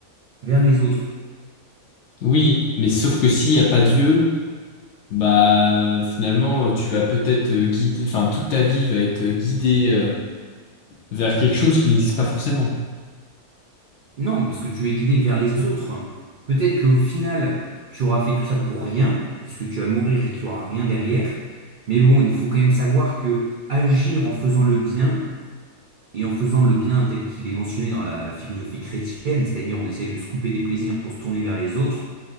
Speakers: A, on the right; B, on the left.
A: vers les autres.
B: Oui, mais sauf que s'il n'y a pas Dieu, bah finalement tu vas peut-être euh, guider, enfin toute ta vie va être guidée euh, vers quelque chose qui n'existe pas forcément.
A: Non, parce que tu es guidé vers les autres. Peut-être qu'au final, tu auras fait tout ça pour rien, puisque tu vas mourir et qu'il n'y aura rien derrière. Mais bon, il faut quand même savoir que agir en faisant le bien et en faisant le bien tel qu'il est mentionné dans la philosophie chrétienne, c'est-à-dire on essaye de se couper des plaisirs pour se tourner vers les autres,